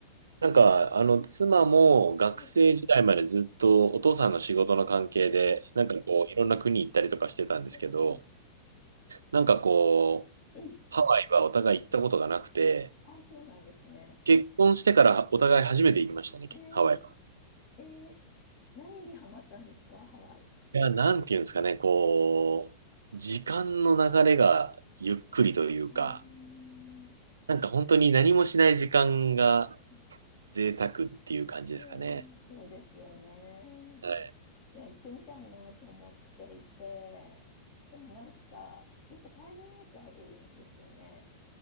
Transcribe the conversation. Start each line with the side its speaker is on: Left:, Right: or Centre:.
Right: なんか、あの、妻も学生時代までずっとお父さんの仕事の関係で、
Left: はい、はい、
Right: なんかこう、
Left: はい。
Right: いろんな国行ったりとかしてたんですけど、
Left: おー
Right: なんかこう、
Left: <clears throat>
Right: ハワイはお互い行ったことがなくて、
Left: あ、そうなんですね。
Right: 結婚してからお互い初めて行きましたね、
Left: えー、
Right: ハワイは。
Left: えー何にハマったんですか、ハワイ。
Right: いや、なんていうんですかね、こう、時間の流れがゆっくりというか、
Left: あー、は
Right: なんか本当に何もしない時間が
Left: いはいはい。
Right: 贅沢っていう感じですかね。
Left: えーそうですよね。
Right: はい
Left: いや、行ってみたいなと思っていて、でもなんか、やっぱタイミングってあるんですよね。